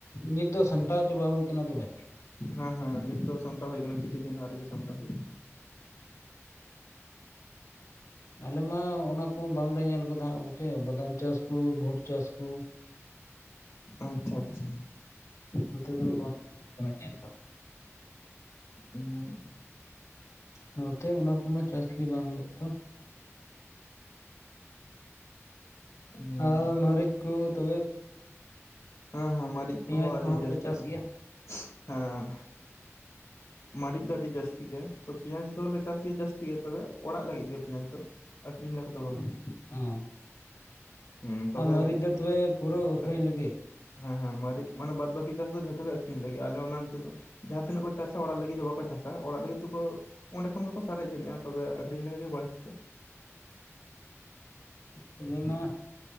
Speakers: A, on the left (about 80°); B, on the left (about 65°).
A: ᱱᱤᱛ ᱫᱚ ᱥᱟᱢᱴᱟᱣ ᱪᱟᱵᱟ ᱦᱩᱭ ᱟᱠᱟᱱᱟ ᱛᱚᱵᱮ
B: ᱦᱮᱸ ᱦᱮᱸ ᱱᱤᱛ ᱫᱚ ᱥᱟᱢᱴᱟ ᱦᱩᱭ ᱠᱟᱱᱟ ᱠᱤᱪᱩ ᱫᱤᱱ <unintelligible> ᱥᱟᱢᱟ ᱦᱩᱭ
A: ᱟᱞᱮ ᱢᱟ ᱚᱱᱟ ᱠᱚ ᱵᱟᱝᱞᱮ ᱧᱮᱞ ᱟᱠᱟᱫᱟ ᱦᱟ ᱜᱚᱝᱠᱮ ᱵᱟᱫᱟᱢ ᱪᱟᱥᱠᱩ ᱵᱷᱩᱴ ᱪᱟᱥ ᱠᱩ <inaudible>
B: ᱟᱪᱪᱷᱟ ᱟᱪᱪᱷᱟ
A: ᱱᱚᱛᱮ ᱫᱚ ᱵᱟᱝ <unintelligible> ᱧᱮᱞ ᱫᱚ
B: <unintelligible>
A: ᱱᱚᱛᱮ ᱚᱱᱟ ᱠᱚᱢᱟ ᱪᱟᱥᱜᱤ ᱵᱟᱝ ᱦᱳᱭᱳᱜᱼᱟ ᱛᱚ
B: ᱦᱮᱸ
A: ᱟᱨ ᱢᱟᱹᱨᱤᱪ ᱠᱚ ᱛᱚᱵᱮ
B: ᱦᱮᱸ ᱦᱮᱸ ᱢᱟᱹᱨᱤᱪ
A: ᱯᱮᱸᱭᱟᱡᱽ
B: ᱠᱚᱦᱚᱸ ᱟᱹᱰᱤ ᱡᱟᱹᱥᱛᱤ
A: ᱯᱮ ᱪᱟᱥ
B: <unintelligible>
A: ᱜᱮᱭᱟ
B: ᱦᱮᱸ ᱢᱟᱹᱨᱤᱪ ᱫᱚ ᱟᱹᱰᱤ ᱡᱟᱹᱥᱛᱤ ᱜᱮ ᱛᱚ ᱯᱮᱸᱭᱟᱡᱽ ᱫᱚᱞᱮ ᱪᱟᱥ ᱜᱮᱭᱟ ᱡᱟᱹᱥᱛᱤ ᱜᱮ ᱛᱚᱵᱮ ᱚᱲᱟᱜ ᱞᱟᱹᱜᱤᱫ ᱜᱮ ᱯᱮᱸᱭᱟᱡᱽ ᱫᱚ ᱟᱠᱠᱷᱨᱤᱧ ᱞᱮᱠᱟ ᱫᱚ
A: ᱚᱸ
B: ᱵᱟᱝ ᱟ ᱦᱩᱸ ᱛᱚᱵᱮ
A: ᱟᱨ ᱢᱟᱹᱨᱤᱪ ᱫᱚ ᱛᱚᱵᱮ ᱯᱩᱨᱟᱹ ᱟᱹᱠᱷᱨᱤᱧ
B: <inaudible>
A: ᱞᱟᱹᱜᱤᱫ
B: ᱦᱮᱸ ᱦᱮᱸ ᱢᱟᱨᱤ ᱢᱟᱱᱮ ᱵᱟᱫ ᱵᱟᱹᱠᱤ ᱪᱟᱥ ᱫᱚ ᱡᱷᱚᱛᱚ ᱜᱮ ᱟᱠᱷᱨᱤᱧ ᱞᱟᱹᱜᱤᱫ ᱟᱞᱮ ᱚᱱᱟ ᱱᱛᱮ ᱫᱚ ᱡᱟᱦᱟᱸ ᱛᱤᱱᱟᱹᱜ ᱠᱚ ᱪᱟᱥ ᱪ ᱚᱲᱟᱜ ᱞᱟᱹᱜᱤᱫ ᱫᱚ ᱵᱟᱠᱚ ᱪᱟᱥᱟ ᱚᱲᱟᱜ <unintelligible> ᱚᱲᱟᱜ ᱞᱟᱹᱜᱤᱫ ᱫᱚ ᱵᱟᱠᱚ ᱪᱟᱥ-ᱟ ᱚᱲᱟᱜ ᱞᱟᱹᱜᱤᱫ ᱫᱚᱠᱚ ᱚᱸᱰᱮ ᱠᱷᱚᱱ ᱜᱮᱠᱚ ᱥᱟᱨᱮᱡ ᱡᱚᱱᱜᱼᱟ ᱛᱚᱵᱮ ᱟᱠᱷᱨᱤᱧ ᱞᱟᱹᱜᱤᱫ ᱜᱮ ᱵᱟᱹᱲ ᱛᱮᱫᱚ
A: ᱛᱚᱵᱮ ᱢᱟ